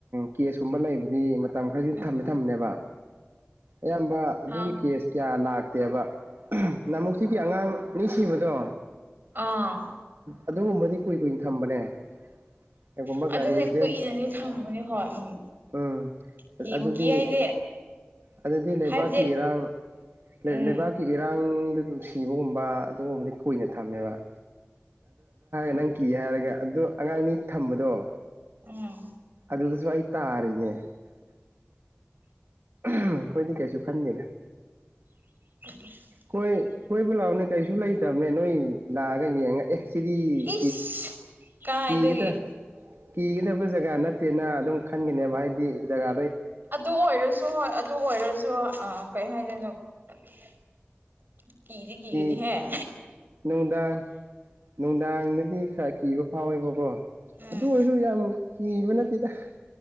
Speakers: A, on the right; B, on the right.
A: ꯀꯦꯁꯀꯨꯝꯕ ꯂꯩꯕꯗꯤ ꯇꯥ ꯃꯈꯩꯗꯤꯝ
B: ꯎꯝ
A: ꯊꯝꯃꯦ ꯊꯝꯃꯅꯦꯕ ꯑꯌꯥꯝꯕ ꯑꯗꯨꯒꯤ
B: ꯍꯥꯎ
A: ꯀꯦꯁ ꯀꯌꯥ ꯂꯥꯛꯇꯦꯕ ꯅꯃꯨꯛꯁꯤꯒꯤ ꯑꯉꯥꯡꯅꯤ ꯁꯤꯕꯗꯣ
B: ꯑꯥ
A: ꯑꯗꯨꯒꯨꯝꯕꯗꯤ ꯀꯨꯏ ꯀꯨꯏꯅ ꯊꯝꯕꯅꯦ ꯀꯩꯒꯨꯝꯕ
B: ꯑꯗꯨꯅꯦ
A: ꯒꯥꯔꯤ ꯑꯦꯛꯁꯤꯗꯦꯟ
B: ꯀꯨꯏꯅꯗꯤ ꯊꯝꯃꯒꯅꯤ ꯍꯣꯏ ꯎꯝ
A: ꯎꯝ
B: ꯀꯤꯕꯨ
A: ꯑꯗꯨꯗꯤ
B: ꯀꯤ ꯑꯩꯗꯤ
A: ꯑꯗꯨꯗꯤ ꯂꯩꯕꯥꯛꯀꯤ
B: ꯍꯥꯏꯕꯗꯤ
A: ꯏꯔꯥꯡ ꯂꯩꯕꯥꯛꯀꯤ
B: ꯎꯝ
A: ꯏꯔꯥꯡ ꯁꯤꯕꯒꯨꯝ ꯑꯗꯨꯒ ꯀꯨꯏꯅ ꯊꯝꯃꯦꯕꯔ ꯅ ꯀꯤ ꯍꯥꯏꯔꯒ ꯑꯣ ꯑꯉꯥꯡꯅꯤ ꯊꯝꯕꯗꯣ
B: ꯎꯝ
A: ꯑꯗꯨꯗꯁꯨ ꯑꯩ ꯇꯥꯔꯤꯅꯦ ꯑꯩꯈꯣꯏꯗꯤ ꯀꯩꯁꯨ ꯈꯟꯗꯦꯗ
B: <unintelligible>
A: ꯀꯣꯏ ꯀꯣꯏꯕ ꯂꯥꯛꯑꯣꯅꯦ ꯀꯩꯁꯨ ꯂꯩꯇꯕꯅꯦ ꯅꯣꯏ ꯂꯥꯛꯑ ꯑꯩꯅ ꯌꯦꯡꯉꯛ ꯑꯦ ꯁꯤꯗꯤ
B: ꯏꯁ ꯀꯥꯏꯗꯒꯤ
A: <unintelligible> ꯀꯤꯒꯗꯕ ꯖꯒꯥ ꯅꯠꯇꯦꯅ ꯑꯗꯨꯝ ꯈꯟꯒꯅꯦꯕ ꯍꯥꯏꯗꯤ ꯖꯒꯥ
B: ꯑꯗꯨ ꯑꯣꯏꯔꯁꯨ ꯍꯣꯏ ꯑꯗꯨ ꯑꯣꯏꯔꯁꯨ ꯑ ꯀꯩ ꯍꯥꯏꯗꯣꯏꯅꯣ <unintelligible> ꯀꯗꯤ ꯀ
A: ꯀꯤ
B: ꯀꯅꯤ ꯍꯥꯏ
A: ꯅꯨꯡꯗꯥꯡ ꯅꯨꯡꯗꯥꯡꯗꯗꯤ ꯈꯔ ꯀꯤꯕ ꯐꯥꯎꯋꯦꯕꯀꯣ
B: ꯎꯝ
A: ꯑꯗꯨ ꯑꯣꯏꯔꯁꯨ ꯌꯥꯝ ꯍ ꯃꯅꯦ ꯄꯤꯗ